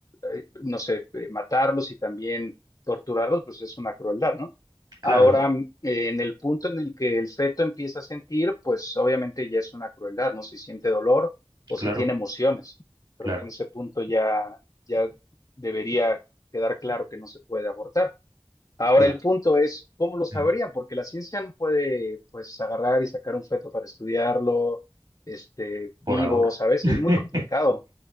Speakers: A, on the left; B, on the right.
A: eh, no sé, eh, matarlos y también torturarlos, pues es una crueldad, ¿no?
B: Claro,
A: Ahora,
B: de-
A: eh, en el punto en el que el feto empieza a sentir, pues obviamente ya es una crueldad, ¿no? Si siente dolor o
B: claro,
A: si tiene emociones.
B: claro,
A: Creo que en ese punto ya, ya debería quedar claro que no se puede abortar. Ahora
B: claro.
A: el punto es, ¿cómo lo sabrían?
B: ujú.
A: Porque la ciencia no puede, pues, agarrar y sacar un feto para estudiarlo, este, vivo,
B: Por ahora.
A: ¿sabes?
B: <laughs>
A: Es muy complicado.